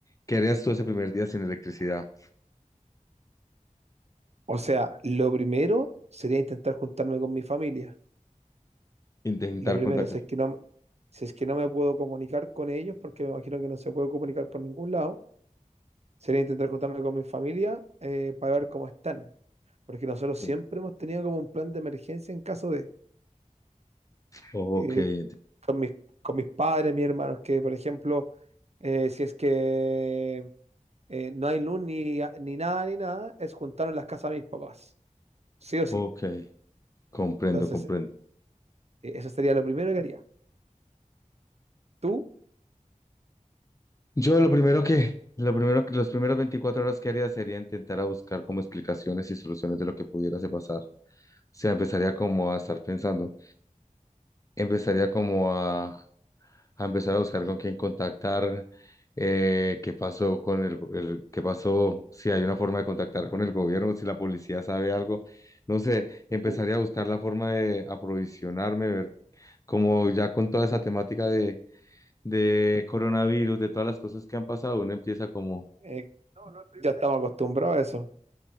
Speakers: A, on the left; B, on the right.
A: ¿Qué harías tú ese primer día sin electricidad?
B: O sea, lo primero sería intentar juntarme con mi familia.
A: Intentar
B: Lo primero,
A: contactar.
B: si es que no, si es que no me puedo comunicar con ellos, porque me imagino que no se puede comunicar por ningún lado, sería intentar juntarme con mi familia eh, para ver cómo están. Porque nosotros
A: Sí.
B: siempre hemos tenido como un plan de emergencia en caso de...
A: Ok,
B: eh,
A: enti-
B: con mis, con mis padres, mis hermanos, que por ejemplo, eh, si es que eh, no hay luz ni, ni nada, ni nada, es juntarnos las casas de mis papás, sí o sí.
A: ok, comprendo,
B: Entonces,
A: comprendo.
B: eh, eso sería lo primero que haría. ¿Tú?
A: Yo lo primero que, lo primero que, los primeros 24 horas que haría sería intentar a buscar como explicaciones y soluciones de lo que pudiera se pasar. O sea, empezaría como a estar pensando, empezaría como a, a empezar a buscar con quién contactar, eh, qué pasó con el, el- qué pasó, si hay una forma de contactar con el gobierno, si la policía sabe algo, no sé, empezaría
B: Uf,
A: a buscar la forma de aprovisionarme, ver, como ya con toda esa temática de, de coronavirus, de todas las cosas que han pasado, uno empieza como,
B: eh, ya estamos acostumbrados a eso.